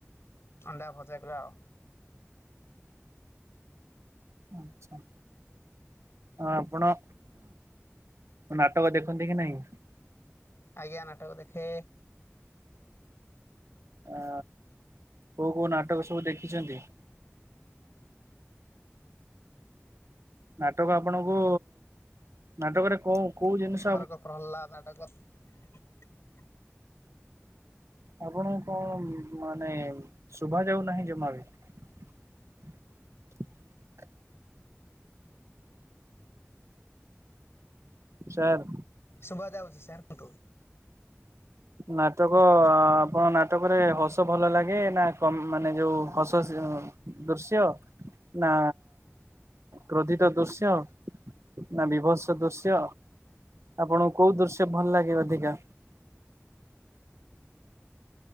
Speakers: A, on the left; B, on the right.
A: ଅଣ୍ଡା ଭଜା କରା ଆଉ।
B: ଆଚ୍ଛା ହଁ ଆପଣ ନାଟକ ଦେଖନ୍ତି କି ନାହିଁ।
A: ଆଜ୍ଞା ନାଟକ ଦେଖେ।
B: ଅ କୋଉ କୋଉ ନାଟକ ସବୁ ଦେଖିଛନ୍ତି। ନାଟକ ଆପଣଙ୍କୁ ନାଟକରେ କୋଉ କୋଉ ଜିନିଷ
A: ତୁମର କ ପ୍ରହ୍ଲାଦ ନାଟକ <inaudible>
B: ଆପଣଙ୍କୁ କଣ ମାନେ ଶୁଭା ଯାଉ ନାହିଁ। ଜମା ବି <inaudible> ସାର୍
A: ଶୁଭା ଯାଉଛି ସାର୍। ନ୍ତୁ
B: ନାଟକ ଆଁ ଆପଣ ନାଟକରେ ହସ ଭଲ ଲାଗେ ନା ମାନେ ଯୋଉ ହସ ଦୃଶ୍ୟ ନା କ୍ରୋଧିତ ଦୃଶ୍ୟ ନା ବିଭତ୍ସ ଦୃଶ୍ୟ ଆପଣଙ୍କୁ କୋଉ ଦୃଶ୍ୟ ଭଲ ଲାଗେ ଅଧିକା।